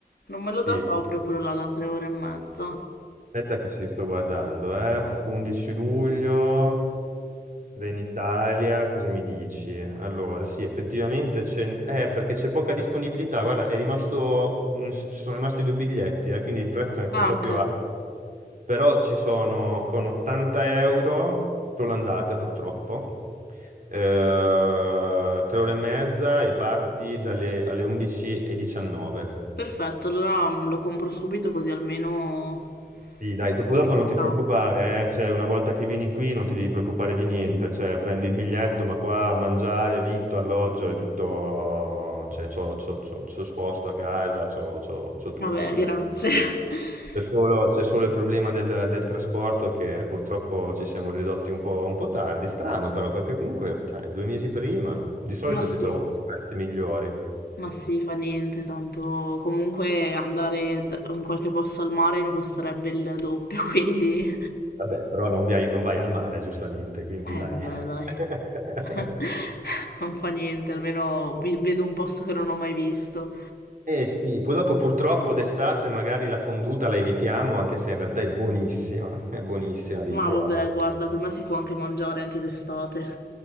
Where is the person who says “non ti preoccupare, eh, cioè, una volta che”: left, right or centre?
Right